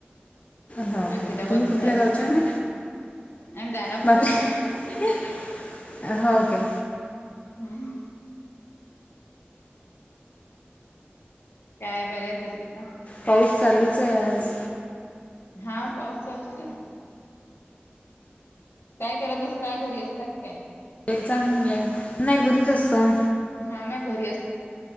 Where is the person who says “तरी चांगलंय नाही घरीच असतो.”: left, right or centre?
Left